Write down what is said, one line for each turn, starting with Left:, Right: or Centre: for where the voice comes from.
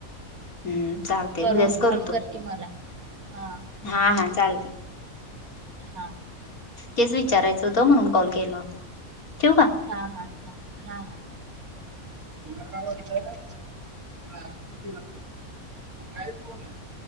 Left: हम्म चालते
Right: करून
Left: उद्याच करतो
Right: कॉल कर क मला हा
Left: हा हा चालते.
Right: हा
Left: तेच विचारायचं होतं म्हणून कॉल केला होता ठेव का
Right: हा हा हा हा तिला का म्हटत तला तिला काय फन आहे.